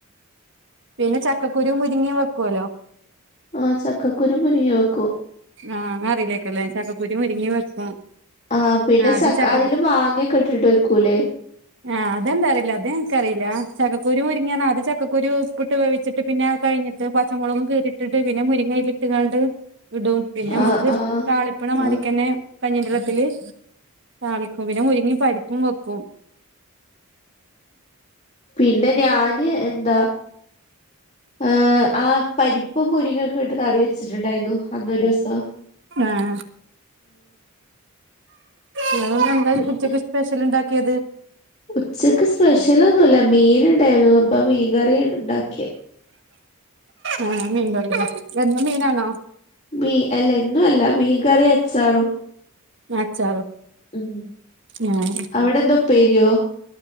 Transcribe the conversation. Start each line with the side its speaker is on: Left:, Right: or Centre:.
Right: പിന്നെ ചക്കക്കുരു മുരിങ്ങിയും വെക്കുല്ലോ
Left: ആഹ് ചക്കക്കുരു മുരിങ്ങി വെക്കും
Right: ആഹ് അങ്ങൻ അറിയില്ലാക്കൂല്ലേ ചക്കക്കുരും മുരുങ്ങി വെക്കും
Left: ആഹ് പിന്നെ
Right: ആദ്യം
Left: സക്ക്
Right: ചക്ക
Left: അതില് മാങ്ങയൊക്കെ ഇട്ടിട്ട് വെക്കൂല്ലേ
Right: ആഹ് അതെന്താ അറിയില്ല അത് എനക്ക്റിയില്ല ചക്കക്കുരു മുരിങ്ങാണ് അത് ചക്കകുരു ഉപ്പിട്ട് വേവിച്ചിട്ട് പിന്നെ അത് കഴിഞ്ഞിട്ട് പച്ചമുളകും കീറി ഇട്ടിട്ട് പിന്നെ മുരിങ്ങയില് ഇട്ട്ങ്ങാണ്ട് ഇടും പിന്നെ നമ്മക്ക്
Left: ആ ആ
Right: താളിപ്പണ മാതിക്കന്നെ
Left: ആ
Right: കഞ്ഞിന്റെള്ളത്തില് താളിക്കും പിന്നെ മുരിങ്ങി പരിപ്പും വെക്കും.
Left: പിന്നെ ഞാന് എന്താ ഏഹ് ആ പരിപ്പും മുരിങ്ങെക്കെട്ട് കറി വെച്ചിട്ടുണ്ടായിരുന്നു അന്നൊരുസം
Right: ആഹ് ഇങ്ങള് ഇന്നെന്താ
Left: പിന്നെ
Right: ഉച്ചക്ക് സ്പെഷ്യൽ ഇണ്ടാക്കിത്?
Left: ഉച്ചക്ക് സ്പെഷ്യൽ ഒന്നുല്ല മീൻ ഇണ്ടായിരുന്നു അപ്പൊ മീൻ കറിയാണ് ഇണ്ടാക്കിയെ
Right: ആഹ് മീൻകറില്ലേ എന്നും മീനാണോ
Left: മീൻ അല്ല എന്നും അല്ല മീകറിയും അച്ചാറും
Right: അച്ചാറും
Left: ഉം
Right: ആഹ്
Left: അവിടെന്താ ഉപ്പേരിയോ?